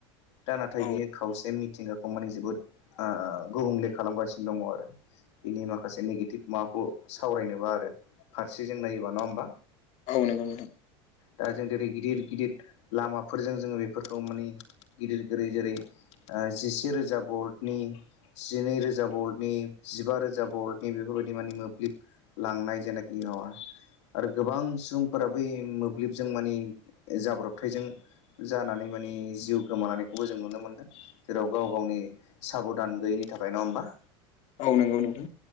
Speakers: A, on the left (about 80°); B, on the left (about 55°).
A: दा नाथाय
B: औ
A: बियो खावसे मिथिंगा खौ माने जोबोद गुबुंले खालामगासिनो दङ आरो। बिनि माखासे नेगेटिभ माबाखौ सावरायनोबा आरो फारसे जों नायोबा, नङा होमबा?
B: औ नंगौ नोंथां।
A: दा जों दिेरै गिदिर गिदिर लामाफोरजों जोङो बेफोरखौ माने गिदिर गोदै जेरै जिसे रोजा भल्टनि जिनै रोजा बरल्टनि जिबा रोजा बरल्टनि बेफोरबायदि माने मोब्लिब लांनाय जेनाखि <unintelligible> आरो गोबां सुबुंफोराबै मोब्लिबजों माने जाब्रबथायजों जानानै माने जिउ गोमानायखौबो जों नुनो मोनदों। जेराव गाव गावनि साबधान गैयिनि थाखाय नङा होमबा?
B: औ नंगौ नोंथां।